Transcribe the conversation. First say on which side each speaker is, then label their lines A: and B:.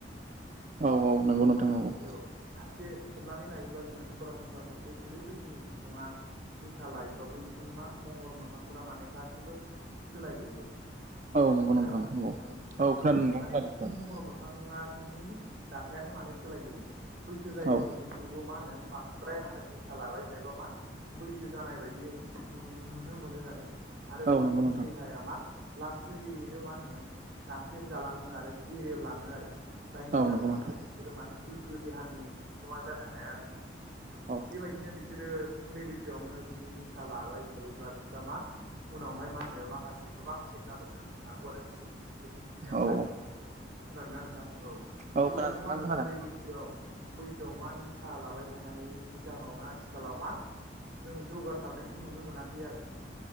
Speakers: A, on the right; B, on the right.
A: औ औ नंगौ नोंथां नंगौ
B: औ सासे हमनानै लायोबा जोङो सरासनस्रा सासे उन्दै बैसोनि सुबुङा निसा लायोबा बैसनि मा महर मोखांफोरा माने गासिबो सोलायजोबो
A: औ नंगौ
B: खोनागोना
A: नोंथां
B: खोनायाखै
A: नंगौ
B: आ औ
A: खोनादों नोंथां
B: माने
A: खोनादों
B: बिसोरनि
A: खोनादों
B: महर मोखाङा नि दाथायानो मान सोलायजोबो बैसो जायो
A: औ
B: खौबो मा होनो बांद्राय मा होनो निसा लाबाय थायोबा मा बैसो जानाय बायदि नुनो नुनो मोनो आरो आरो
A: औ
B: बैसिनि
A: नंगौ नोंथां
B: देहाया मा लासैनो मा होनो नाख्रेबजालाङो आरो गेरेबलाङो आरो जायनि
A: औ
B: जाहोनावहाय
A: नंगौ नोंथां
B: बिसोरो माने गोग्गो देहानि बिगोमा जानो हाया आरो।
A: औ
B: बेबायदिनो बिसोरो उन्दै बैसोआवनो बिदि निसा लाबाय थायोब्ला बिस्रा मा उनावहाय मा होनो मा माखासे गोबां जेंनाबो सोमजिनो हागौ आरो बिसोरनि देहायावहाय
A: औ औ
B: खोनादोंन ना नोंथां औ
A: औ
B: बेबायदि
A: खोनादों
B: मा
A: नोंथां
B: होनो
A: खोनादों
B: उन्दै बैसोआव बै सोआव मा निसा लाबाय थानायनि जाहोनावनो आथिखालाव मा जों जौगासारनायखौ नुनो मोनाखै आरो